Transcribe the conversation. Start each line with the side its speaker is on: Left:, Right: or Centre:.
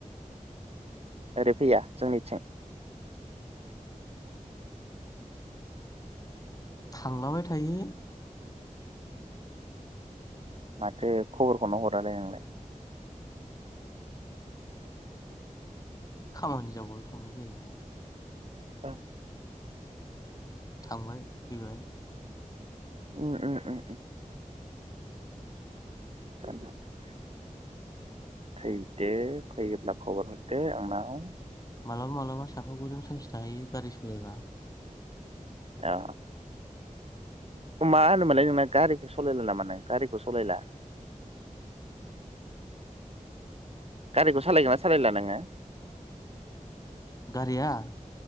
Right: ओरै फैया जोंनिथिं?
Left: थांलाबाय थायो।
Right: माथो खबरखौनो हरालै नोंलाय?
Left: खामानि जाबाल' थांनाय जायोना।
Right: औ।
Left: थांबाय फैबाय।
Right: ओ ओ-ओ ओ <unintelligible> फैदो फैयोब्ला खबर हरदो आंनाव।
Left: मालाबा मालाबा। साफागुरियावनो सानसे थाहैयो गारि सालायबा।
Right: आ। मा होनोमोनालाय नोंना गारिखो? सलायला नामा नों गारिखौ सलायला? गारिखौ सालायगोना सालायला नोङो?
Left: गारिया?